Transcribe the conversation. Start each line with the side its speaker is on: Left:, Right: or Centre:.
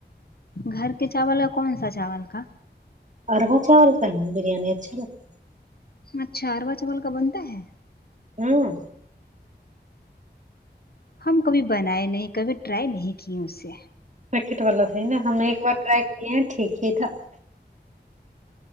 Left: گھر کے چاول اور کون سا چاول کا
Right: ارو وہ چاول کا بریانی اچھا لگتا ہے
Left: اچھا اروا چاول کا بنتا ہے
Right: ہوں
Left: ہم کبھی بنائے نہیں کبھی ٹرائی نہیں کی اس سے
Right: پیکٹ والا تھا نا ہم ایک بار ٹرائی کیے ہیں ٹھیک ہی تھا